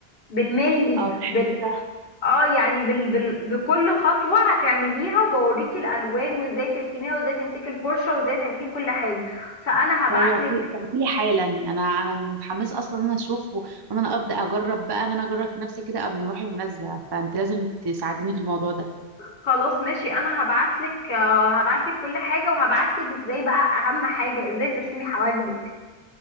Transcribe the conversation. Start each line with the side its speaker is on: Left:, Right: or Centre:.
Left: بالملي
Right: اه ده
Left: بال
Right: حلو ده
Left: اه يعني بال... بال... بكل خطوه هتعمليها وبوريكي الالوان وازاي ترسميها وازاي تمسكي الفرشه وازاي تعملي كل حاجه فانا هبعت
Right: فبعتلي
Left: لك
Right: حالا انا انا متحمسه اصلا ان انا اشوفه وان انا ابدا اجرب بقى ان انا اجرب في نفسي كده قبل ما اروح المناسبه فانت لازم تساعديني في الموضوع ده
Left: خلاص ماشي انا هبعتلك آه، هبعتلك كل حاجة وهبعتلك ازاي بقى اهم حاجة ازاي ترسمي حواجبك